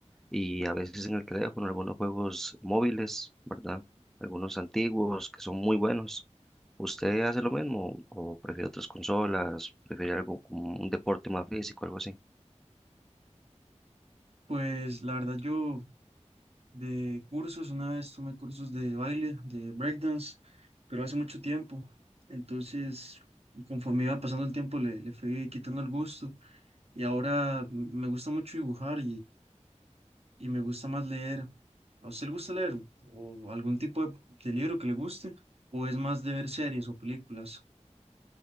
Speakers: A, in the centre; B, on the right (about 55°).
A: y a veces en el teléfono algunos juegos móviles, ¿verdad? Algunos antiguos que son muy buenos. ¿Usted hace lo mismo o prefiere otras consolas? ¿Prefiere algo como un deporte más físico, algo así?
B: Pues la verdad yo de cursos, una vez tomé cursos de baile, de breakdance, pero hace mucho tiempo, entonces conforme iba pasando el tiempo le, le fui quitando el gusto y ahora m- me gusta mucho dibujar y me gusta más leer. ¿A usted le gusta leer o algún tipo de, de libro que le guste o es más de ver series o películas?